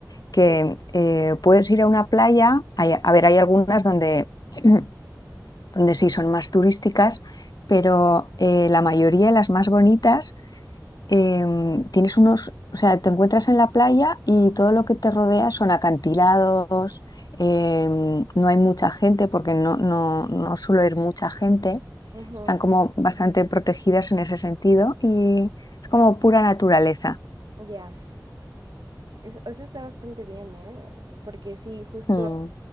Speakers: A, on the left; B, on the right.
A: que
B: Sí,
A: eh, puedes ir a una playa, hay- a ver, hay algunas donde... <clears throat> donde sí son más turísticas, pero eh, la mayoría de las más bonitas, em, tienes unos, o sea, te encuentras en la playa y todo lo que te rodea son acantilados, em, no hay mucha gente porque no, no, no suele ir mucha gente,
B: ujú,
A: están como bastante protegidas en ese sentido y es como pura naturaleza.
B: ya. Eso, eso está bastante bien, ¿eh? Porque sí, justo,
A: Mm,